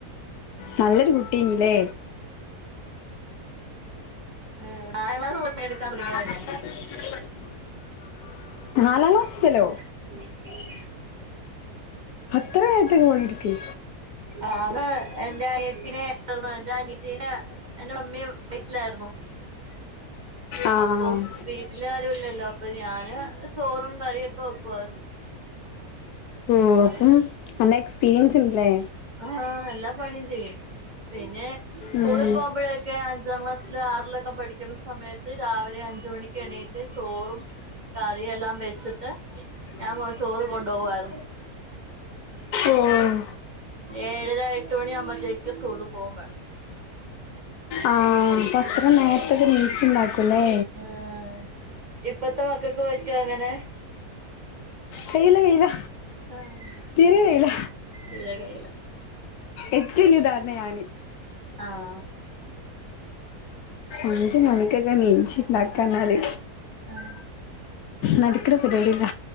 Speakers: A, on the left (about 80°); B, on the right (about 30°).
A: നല്ലൊരു കുട്ടിയന്ന്ല്ലേ
B: ആഹ് നാലാം ക്ലാസ് <unintelligible>
A: <unintelligible>
B: ഞാൻ
A: നാലാം ക്ലാസ്സിലോ
B: <unintelligible>
A: അത്ര ഏറ്റ് ഫോണെടുക്ക്
B: ആന്ന് എന്റെ അനിയത്തിനെ റ്ന്ന് എന്റെ അനയത്തീനെ എന്റെ മമ്മിയ വീട്ടിലായിരുന്നു
A: ആഹ്
B: അപ്പം വീ ട്ടിലാരുല്ലല്ലോ അപ്പൊ ഞാന് ചോറും കറിയൊക്കെ വെക്കുവായിരുന്നു
A: ഓ
B: അങ്ങനെ
A: അപ്പം നല്ല എക്സ്പീരിയൻസ് ഉണ്ട്ല്ലേ
B: ആഹ് എല്ലാ പണിയും ചെയ്യും പിന്നെ സ്കൂളിൽ
A: ഉം
B: പോകുമ്പോഴ ക്കെ അഞ്ചാം ക്ലാസ്സില് ആറിലൊക്ക പഠിക്കുന്ന സമയത്ത് രാവിലെ അഞ്ചു മണിക്ക് എണീറ്റ് ചോറും കറിയെല്ലാം വെച്ചിട്ട് ഞാൻ കുറേ ചോറ് കൊണ്ടുപോവുമാരുന്നു
A: ഓഹ്
B: ഏഴര എട്ട് മണി ആവുമ്പോഴത്തേക്ക് സ്കൂളിൽ പോവേം വേണം
A: ആഹ് അപ്പ അത്ര നേരത്തൊക്കെ എണീച്ചുണ്ടാക്കുല്ലേ
B: ആഹ് ഇപ്പഴ്ത്തെ മക്കക്ക് പറ്റോ അങ്ങനെ
A: കയ്യൂല കയ്യൂല
B: ആഹ്
A: തീരെ കയ്യൂല
B: ഇല്ല ഇല്ല ഇല്ലയില്ല
A: ഏറ്റോം വലിയ ഉദാഹരണാ ഞാന്
B: ആഹ്
A: അഞ്ചു മണിക്കൊക്ക ണീച്ച് നടക്കറഞ്ഞാല്
B: ആഹ്
A: നടക്കണ പരിപാടിയല്ല